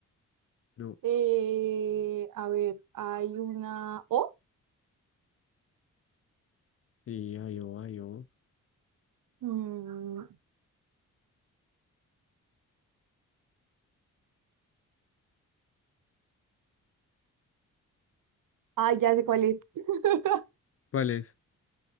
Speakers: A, on the left; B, on the right.
A: No.
B: Eh, a ver, hay una O.
A: Sí, hay O, hay O.
B: Mm, Ay, ya sé cuál es. <laughs>
A: ¿Cuál es?